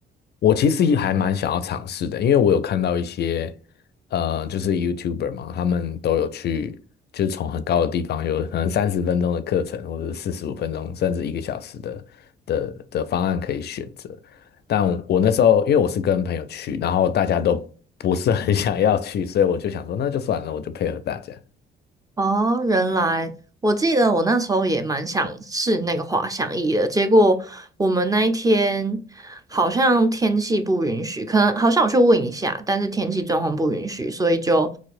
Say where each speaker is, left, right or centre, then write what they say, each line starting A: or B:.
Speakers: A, on the left; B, on the right.
A: 我其实也还蛮想要尝试的，因为我有看到一些，呃，就是 YouTuber 嘛，他们都有去，就是从很高的地方，有可能三十分钟的课程，或者是四十五分钟，甚至一个小时的的的方案可以选择。但我那时候，因为我是跟朋友去，然后大家都不是很 <laughs> 想要去，所以我就想说，那就算了，我就配合大家。
B: 哦，原来我记得我那时候也蛮想试那个滑翔翼的，结果我们那一天好像天气不允许，可能好像我去问一下，但是天气状况不允许，所以就